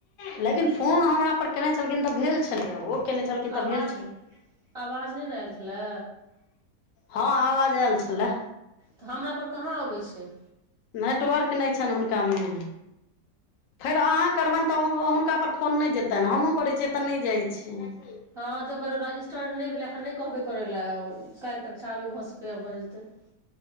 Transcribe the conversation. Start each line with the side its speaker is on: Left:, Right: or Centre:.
Left: लेकिन फोन हमरा परर केने छलखिन तऽ भेल छलै ओ। केने छलखिन
Right: तऽ आवाज,
Left: भेल
Right: आवाज नय ने ऐल छलै?
Left: हँ, आवाज ऐल छलैऽ।
Right: तऽ हमरा पर कहाँ अबै छै।
Left: नेटवर्क नय छैन हुनकामे, फेर अहाँ करबैन तऽओ हुनका पर फोन नय जेतैन, हमूँ करैत छियै तऽ नय जाइ छै।
Right: हँ तऽ ओकर रजिस्टर्ड नय भेलै, एखन नय कहबै करय लय, काइल तक चालू भऽ सकैयै भऽ जेतैय।